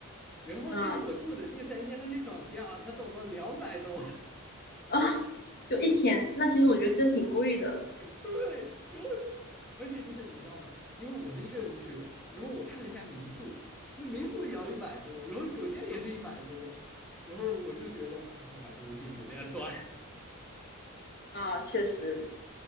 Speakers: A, in the centre; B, on the left.
A: 然后但是我住的第三天他去涨价，
B: 嗯，
A: 他涨到两百多。
B: 啊，<laughs> 就一天。那其实我觉得真挺贵的
A: 对，然后就，而且就是你知道吧，因为我是一个人去，然后我看了一下民宿，那民宿也要一百多，然后酒店也是一百多，然后我就觉得啊，那我还不如住酒店算。
B: 啊，确实